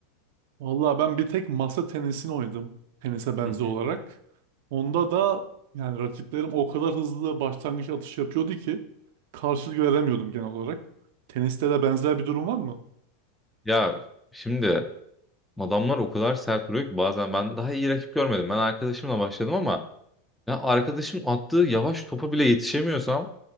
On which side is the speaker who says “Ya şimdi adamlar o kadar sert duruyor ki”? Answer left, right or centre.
Centre